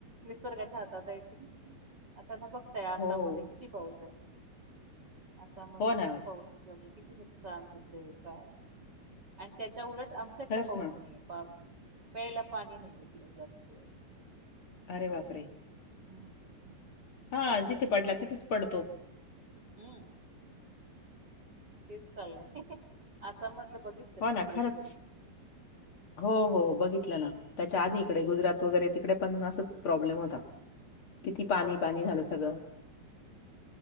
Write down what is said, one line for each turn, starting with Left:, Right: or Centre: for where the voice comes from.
Right: निसर्गाच्या हातात आहे. आता न बघताय ना आसाममध्ये
Left: हो.
Right: किती पाऊस आहे आसाममध्ये
Left: हो
Right: किती
Left: ना
Right: पाऊस चालू- किती नुकसान होतय काय आणि त्याच्या उलट आमच्या
Left: खरंच
Right: पाऊस
Left: ना
Right: नाही. पाप प्यायला पाणी नाही इकडे जास्त
Left: अरे बापरे!
Right: अस होतंय हम्म
Left: हां,
Right: पाण्याचा
Left: जिथे
Right: तुडवडा.
Left: पडला तिथेच पडतो.
Right: हम्म. तेच चाललंय आसाम मधल बघितलं
Left: हो
Right: ना टीव्ही
Left: खरंच.
Right: मध्ये,
Left: हो हो बघितलं ना, त्याच्याआधी इकडे गुजरात वगैरे तिकडे पण असच प्रॉब्लेम होता. किती पाणी-पाणी
Right: हो का
Left: झालं सगळं.